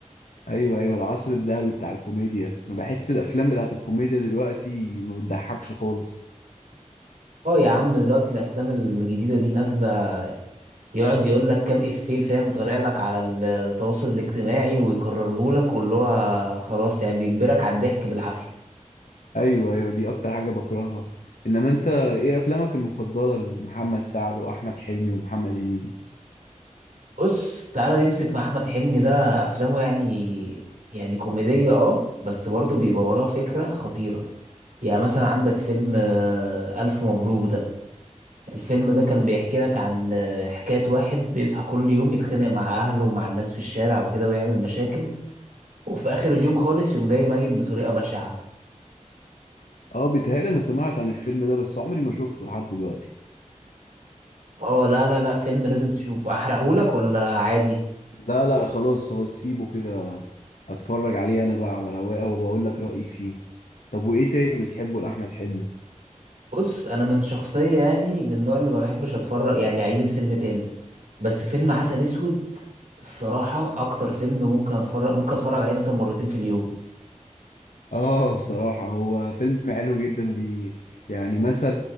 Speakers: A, on the left (about 85°); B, on the right (about 80°).
A: ايوه ايوه العصر الذهبي بتاع الكوميديا انا بحس الافلام بتاعت الكوميديا دلوقتي ما بتضحكش خالص
B: اه يا عم دلوقتي الافلام الجديده دي نازله يقعد يقول لك كام افيه فاهم طالع لك على التواصل الاجتماعي ويكرره لك واللي هو خلاص يعني بيجبرك على الضحك بالعافيه
A: ايوه ايوه دي اكتر حاجة بكرهها انما انت ايه افلامك المفضلة لمحمد سعد واحمد حلمي ومحمد هنيدي
B: بص تعالى نمسك مع احمد حلمي ده افلامه يعني يعني كوميديه اه بس برضه بيبقى وراها فكره خطيره يعني مثلا عندك فيلم آه، الف مبروك ده الفيلم ده كان بيحكي لك عن آه، حكايه واحد بيصحى كل يوم يتخانق مع اهله ومع الناس في الشارع وكده ويعمل مشاكل وفي اخر اليوم خالص يوم جاي ميت بطريقه بشعه
A: اه بيتهيألي انا سمعت عن الفيلم ده بس عمري ما شفته لحد دلوقتي
B: اه لا لا لا فيلم لازم تشوفه احرقهولك ولا عادي
A: لا لا خلاص خلاص سيبه كده اتفرج عليه انا بقى على رواقه وبقول لك رأيي فيه طب وايه تاني بتحبه لأحمد حلمي
B: بص انا من شخصيه يعني من النوع اللي ما بحبش اتفرج يعني اعيد الفيلم تاني بس فيلم عسل اسود الصراحه اكتر فيلم ممكن اتفرج ممكن اتفرج عليه مثلا مرتين في اليوم
A: اه <laughs> بصراحة هو فيلم حلو جدا بي يعني مثل